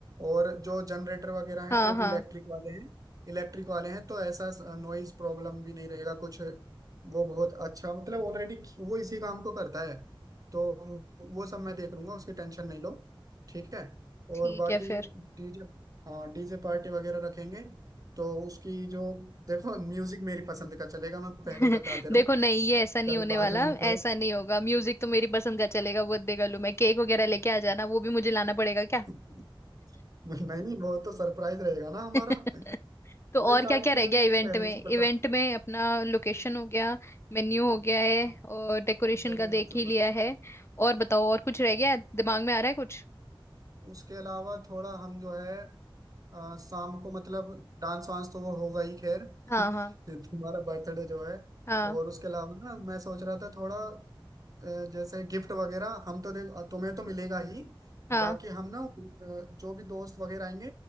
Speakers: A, on the right (about 40°); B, on the left (about 30°).
A: और जो जनरेटर वगैरह
B: हाँ
A: हैं वो
B: हाँ
A: भी इलेक्ट्रिक वाले हैं इलेक्ट्रिक वाले हैं तो ऐसा नॉइज प्रॉब्लम भी नहीं रहेगा कुछ वो बहुत अच्छा मतलब ऑलरेडी वो इसी काम को करता है तो वो सब मैं देख लूंगा उसकी टेंशन नहीं लो ठीक है
B: ठीक
A: और बाकी
B: है फिर
A: डीजे हाँ डीजे पार्टी वगैरह रखेंगे तो उसकी जो देखो म्यूजिक मेरी पसंद का चलेगा मैं
B: <laughs>
A: पहले ही बताते रहूँ
B: देखो नहीं ये ऐसा नहीं
A: कभी
B: होने
A: बाद
B: वाला
A: में ये कहो
B: ऐसा नहीं होगा म्यूजिक तो मेरी पसंद का चलेगा वो देगा लू मैं केक वगैरह लेके आ जाना वो भी मुझे लाना पड़ेगा क्या
A: <laughs> नहीं वो तो सरप्राइज रहेगा ना हमारा
B: <laughs> तो
A: भाई
B: और
A: सारी
B: क्या क्या रह
A: चीजें
B: गया
A: तो तुम
B: इवेंट
A: पहले
B: में
A: से ही
B: इवेंट
A: पता
B: में अपना लोकेशन हो गया मेन्यू हो गया है
A: हाँ
B: और डेकोरेशन
A: वह
B: का
A: नहीं हो
B: देख
A: चुका
B: ही लिया है और बताओ और कुछ रह गया है? दिमाग में आ रहा है कुछ
A: उसके अलावा थोड़ा हम जो है आ, शाम को मतलब डांस वांस तो वो होगा ही खैर <laughs>
B: हाँ
A: ये
B: हाँ
A: तुम्हारा बर्थडे जो है
B: हाँ
A: और उसके अलावा ना मैं सोच रहा था थोड़ा अ, जैसे गिफ्ट वगैरह हम तो देख तुम्हें तो मिलेगा ही
B: हाँ
A: बाकी हम ना अ, जो भी दोस्त वगैरह आएंगे